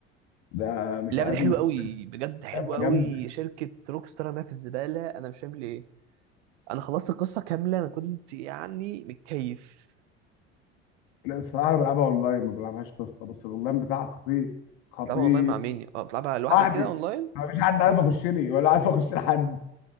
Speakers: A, on the left; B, on the right.
A: ده مش
B: اللعبه
A: عارف
B: دي حلوه
A: مش
B: قوي بجد حلوه
A: لعبه
B: قوي
A: جامده
B: شركه روكستار رماها في الزباله انا مش فاهم ليه انا خلصت القصه كامله انا كنت يعني متكيف
A: لا، الصراحه انا بلعبها اونلاين ما بلعبهاش قصه بس الاونلاين بتاعها خطير خطير
B: بتلعبها اونلاين مع مين اه بتلعبها لوحدك
A: لوحدي
B: كده اونلاين
A: أنا مفيش حد عارف اخش لي ولا عارف اخش لحد